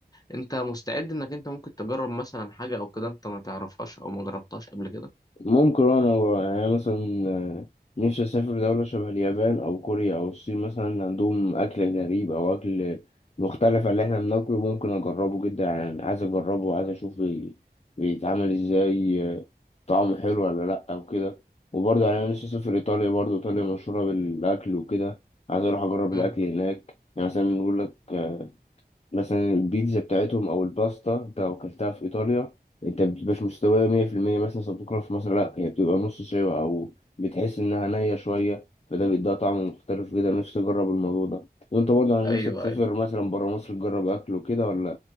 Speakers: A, on the left (about 20°); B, on the left (about 40°).
A: أنت مستعد إنك أنت ممكن تجرب مثلا حاجة أو كده أنت ما تعرفهاش أو ما جربتهاش قبل كده؟
B: ممكن انا يعني أنا مثلا آه، نفسي اسافر دولة شبه اليابان او كوريا او الصين مثلا عندهم اكل غريب او اكل مختلف عن اللي احنا بناكله ممكن اجربه جدا يعني عايز اجربه وعايز اشوف بي- بيتعمل ازاي آه، طعمه حلو ولا لا او كده وبرضه يعني انا نفسي اسافر ايطاليا برضه ايطاليا مشهورة بالاكل وكده عايز اروح اجرب
A: مم.
B: الاكل هناك يعني مثلا يقول لك آه، مثلا البيتزا بتاعتهم او الباستا انت لو اكلتها في ايطاليا انت مبتبقاش مستويه 100% مثلا زي ما بتاكلها في مصر لا هي بتبقى نص سوا او بتحس انها نيه شويه فده بيديها طعم مختلف كده نفسي اجرب الموضوع ده وانت برضه على
A: أيوه
B: نفسك تسافر
A: أيوه
B: مثلا بره مصر تجرب اكل وكده ولا